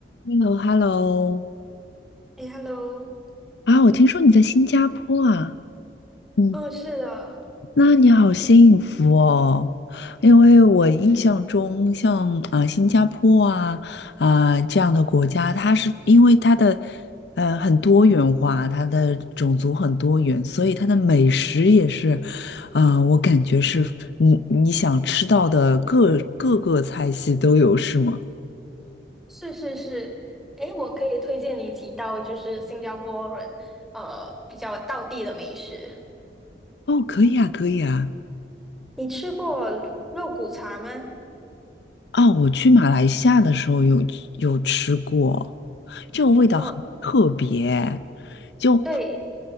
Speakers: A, on the left; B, in the centre.
A: h e l l o h e l l o
B: 哎，Hello，
A: 啊，我听说你在新加坡啊，嗯，
B: 嗯，是的，
A: 那你好幸福哦，因为我印象中像啊、新加坡啊啊、这样的国家，它是因为它的呃很多元化，它的种族很多元，所以它的美食也是，啊、我感觉是你你想吃到的各各个菜系都有，是吗？
B: 是是是，哎，我可以推荐你几道就是新加坡人呃比较道地的美食。
A: 哦，可以啊，可以啊。
B: 你吃过肉骨茶吗？
A: 啊，我去马来西亚的时候有有吃过，这个味道很特别，
B: 嗯，
A: 就
B: 对